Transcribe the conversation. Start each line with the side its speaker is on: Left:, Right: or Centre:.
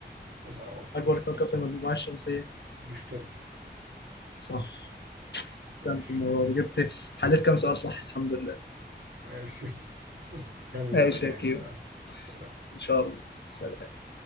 Right: عاوز أروح
Left: أكبر
Right: مشت...
Left: كوكب في المجموعة الشمسية
Right: مشتري
Left: صح أحسنت
Right: ماشي
Left: المرة دي جبت حليت كام سؤال صح الحمد لله
Right: ماشي <laughs> كان المرة
Left: ماشي
Right: جاية
Left: يا كيمو
Right: بقى سلام
Left: إن شاء الله سلام